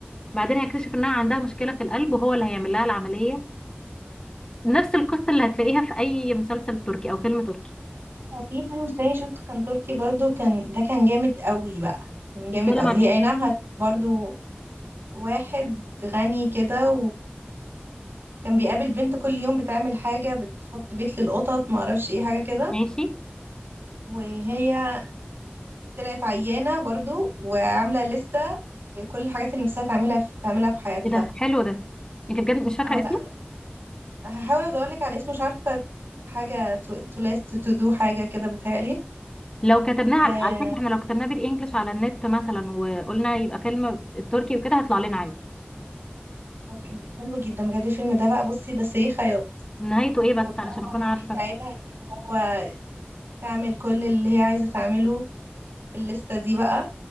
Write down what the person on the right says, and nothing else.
في فيلم تاني شفته كان تركي برضه كان ده كان جامد قوي بقى كان جامد
قوي
هي
اي نعم هت- برضه واحد غني كده كان بيقابل بنت كل يوم بتعمل حاجة بتحط بيت للقطط معرفش ايه حاجة كده
وهي طلعت عيانة برضو وعاملة لستة بكل الحاجات اللي نفسها تعملها في تعملها في حياتها
اه
لا هحاول ادورلك على اسمه مش عارفة حاجة تو ليست تو دو حاجة كده بتهيألي
آه
هو كان ج- حلو جدا بجد الفيلم ده بقى بصي ده سي خياط
وبقى
هو
بقى
بيساعدها ان هو تعمل كل اللي هي عايزة تعمله في الليستة دي بقى